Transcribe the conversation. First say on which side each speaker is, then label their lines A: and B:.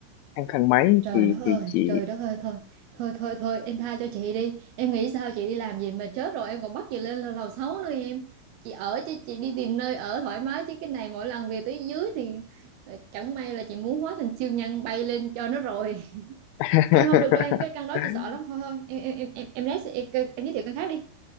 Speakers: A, on the left; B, on the right.
A: thang thang máy
B: Trời
A: thì
B: đất ơi,
A: thì chị
B: trời đất ơi thôi, thôi thôi thôi em tha cho chị đi. Em nghĩ sao chị đi làm gì mà chết rồi em còn bắt chị lên lầu lầu sáu nữa em. Chị ở chứ chị đi tìm nơi ở thoải mái chứ cái này mỗi lần về tới dưới thì ờ, chẳng may là chị muốn hóa thành siêu nhân bay lên cho nó rồi. <laughs>
A: <laughs>
B: Thôi không được đâu em, cái căn đó chị sợ lắm thôi thôi. Em em em em em lấy em, em giới thiệu căn khác đi.